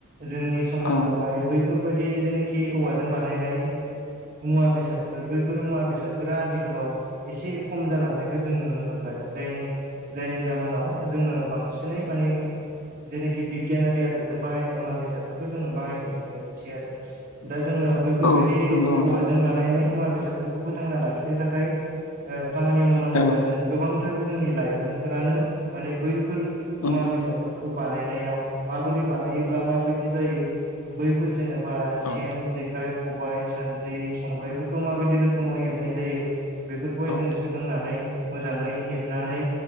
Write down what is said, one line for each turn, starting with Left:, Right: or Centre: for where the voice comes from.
Right: जोंनि समाजावहाय
Left: औ
Right: बै बैफोरबायदि जेनाखि औवाजों बानायनाय मुवा बेसादफोर बैफोर मुवा बेसादफोरा आथिखालाव एसे खम जालांनायखौ जों नुनो मोनो मोनबाय जायनि जायनि जाहोनाव जोङो बांसिनै माने जेनेखि बिगियानारि आदबजों बाहायनाय मुवा बेसादफोरखौ जोङो बाहायनाय नुनो मोनसै आरो दा जोङो बेैफोरबादि
Left: औ नंगौ नोंथां
Right: औवाजों बानायनाय मुवा बेसादफोरखौ फोथांना लाखिनो थाखाय ओ खामानि मावनो नांगौबा
Left: औ
Right: जों गोबांथार जोंनि लाइमोनफोरानो माने बैफोर मुवा
Left: उम
Right: बेसाद फोरखौ बानायनायाव माबोरै बानायोब्ला माबायदि जायो बैफोर जेनेबा बा सेन
Left: औ
Right: जेखाइ खबाइ सानद्रि संग्रायफोरखौ माबायदि रोखोमाव हेबनाय जायो बेफोरखौहाय
Left: औ
Right: जोङो सोलोंनानै मोजाङै हेबनानै